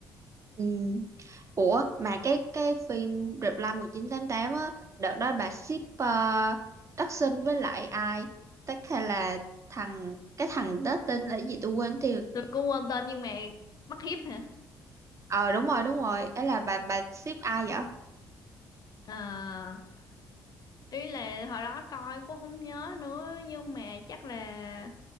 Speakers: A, on the right; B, on the left.
A: Ừ. Ủa mà cái cái phim Reply một chín tám tám á đợt đó bà ship uh, Đắc Sinh với lại ai Tắc hay là thằng cái thằng đó tên là gì tôi quên tiêu
B: tôi cũng quên tên nhưng mà mắt hiếp hả
A: ờ đúng rồi đúng rồi ấy là bà bà ship ai vậy
B: à, ý là hồi đó coi cũng không nhớ nữa nhưng mà chắc là